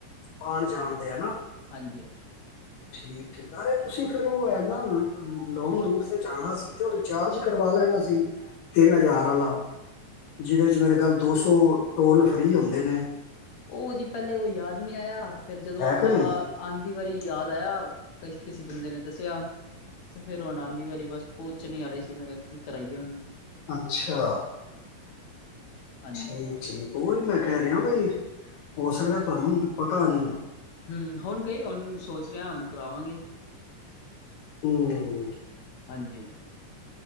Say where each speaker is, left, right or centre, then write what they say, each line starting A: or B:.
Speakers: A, on the left; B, on the left.
A: ਆਉਣ ਜਾਣਦੇ ਹਨਾ।
B: ਹਾਂਜੀ ਹਾਂਜੀ।
A: ਠੀਕ ਠੀਕ ਅਰੇ ਤੁਸੀਂ ਫਿਰ ਉਹ ਇਨਾ ਲੋਂਂਗ ਰੂਟ ਤੇ ਜਾਣਾ ਸੀ ਤੇ ਉਹ ਰਿਚਾਰਜ ਕਰਵਾ ਲੈਣਾ ਸੀ ਤਿੰਨ ਹਜ਼ਾਰ ਵਾਲਾ ਜਿਹਦੇ ਚ ਮੇਰੇ ਖਿਆਲ ਦੋ ਸੌ ਟੋਲ ਫਰੀ ਹੁੰਦੇ ਨੇ।
B: ਉਹ ਜੀ ਪਹਿਲੇ ਉਹ ਯਾਦ ਨਹੀਂ ਆਇਆ ਫੇਰ ਜਦੋਂ
A: ਹੈ
B: ਆਪਾਂ
A: ਕਿ ਨਹੀਂ
B: ਆਂਦੀ ਵਾਰੀ ਯਾਦ ਆਇਆ ਕਛ ਕਿਸੇ ਬੰਦੇ ਨੇ ਦੱਸਿਆ ਤੇ ਫੇਰ ਉਹ ਆ ਦੀ ਵਾਰੀ ਬਸ ਪੱਚ ਨਹੀਂ ਆੇ ਸੀ ਮੈਂ ਕਿਹਾ ਕੀ ਕਰਾਈਏ ਹੁਣ
A: ਅੱਛਾ
B: ਹਾਂਜੀ-ਹਾਂਜੀ।
A: ਠੀਕ ਠੀਕ ਹੀ ਮੈਂ ਕਹਿ ਰਿਹਾ ਬਈ ਹੋ ਸਕਦਾ ਤੁਹਾਨੂੰ ਪਤਾ ਨੀ,
B: ਹੂੰ ਹੁਣ ਗਈ ਹੁਣ ਸੋਚ ਰਿਹਾ ਹੁਣ ਕਰਾਵਾਂਗੇ।
A: ਹੂੰ,
B: ਹਾਂਜੀ-ਹਾਂਜੀ,